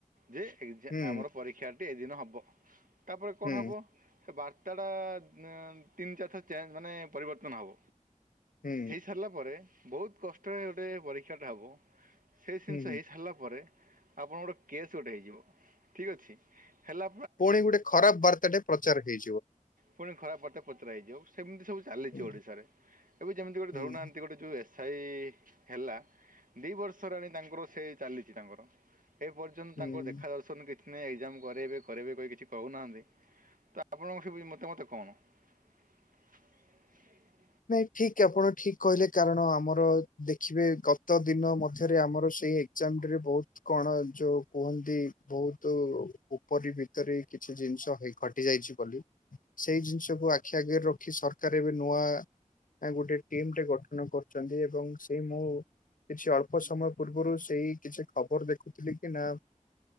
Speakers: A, on the right (about 80°); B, on the left (about 80°).
A: ଯେ ଏ
B: ହୁଁ
A: ଆମର ପରୀକ୍ଷା ଏଇଦିନ ହବ। ତାପରେ କଣ
B: ହୁଁ
A: ହବ ସେ ବା <unintelligible> ତିନି ଚାରିଥର ଚେଞ୍ଜ ମାନେ ପରିବର୍ତ୍ତନ ହେବ।
B: ହୁଁ
A: ହେଇସାରିଲା ପରେ ବହୁତ୍ କଷ୍ଟରେ ଗୋଟେ ପରୀକ୍ଷା ଟା ହବ ସେ ଜିନିଷ
B: ହୁଁ
A: ହେଇ ସାରିଲା ପରେ ଆପଣଙ୍କର କେସ୍ ଗୋଟେ ହେଇଯିବ ଠିକ୍ ଅଛି ହେଲା
B: ଫୁଣି ଗୋଟେ ଖରାପ ବାର୍ତ୍ତାଟେ ପ୍ରଚାର ହେଇ
A: ଫୁଣି <unintelligible> ପତ୍ର ହେଇଯିବ ସେମିତି ସବୁ ଚାଲିଛି
B: ହୁଁ
A: ଓଡ଼ିଶାରେ। ଏବେ ଯେମିତି ଗୋଟେ
B: ହୁଁ
A: ଧରୁନାହାନ୍ତି ଗୋଟେ ଯୋଉ ଏ ସେଇ ହେଲା ଦୁଇ ବର୍ଷ <unintelligible> ତାଙ୍କର ସେଇ ଚାଲିଛି ତାଙ୍କର। ଏ ପର୍ଯ୍ୟନ୍ତ
B: ହୁଁ।
A: ତାଙ୍କ ଦେଖା ଦର୍ଶନ କିଛି ନାହିଁ ଏକ୍ଜାମ୍ କରାଇବେ। ଘରେ ବି କେହିକିଛି କହୁନାହାନ୍ତି ତ ଆପଣଙ୍କ ମତା ମତ କଣ? <unintelligible>
B: ନାଇଁ ଠିକ୍ ଆପଣ ଠିକ୍ କହିଲେ କାରଣ ଆମର ଦେଖିବେ ଗତ ଦିନ ମଧ୍ୟରେ ଆମର ସେଇ <unintelligible> ରେ ବହୁତ୍ କଣ ଯୋଉ କୁହନ୍ତି ବହୁତ୍ ଉପରି ଭିତରେ କିଛି ଜି ଜିନିଷ ହେଇ ଘଟି ଯାଇଛି ବୋଲି ସେଇ ଜିନିଷକୁ ଆଖି ଆଗରେ ରଖି ସରକାର ଏବେ ନୂଆ ଗୋଟେ ଟିମ୍ ଟେ ଗଠନ କରୁଛନ୍ତି ଏବଂ ସେ ମୁଁ କିଛି ଅଳ୍ପ ସମୟ ପୂର୍ବରୁ ସେଇ କିଛି ଖବର ଦେଖୁଥିଲି କି ନା